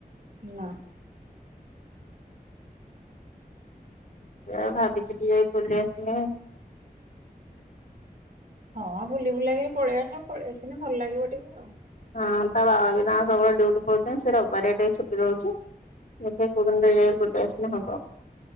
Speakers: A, on the right (about 65°); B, on the left (about 60°).
A: ନାଁ।
B: ଏଇୟା ଭାବିକି ଟିକେ ବୁଲି ଆସିଲ।
A: ହଁ ବୁଲି ବୁଲାକି ପଳେଇ ଆସ ପଳେଇଆସିଲେ ଭଲ ଲାଗିବ ଟିକେ ଆଉ।
B: ହଁ ତା ବାବା ବିି ତାଙ୍କ ସବୁଳେ ଡଉଟି ପଉଛନ୍ତି ସେ ବାରିବାରିଆ ଟିକେ ଛୁଟି ରହୁଛି। ଦେଖ କୋଉ ଦିନରେ ଯାଇ ବୋଟେ ଆସିଲେ ହବ।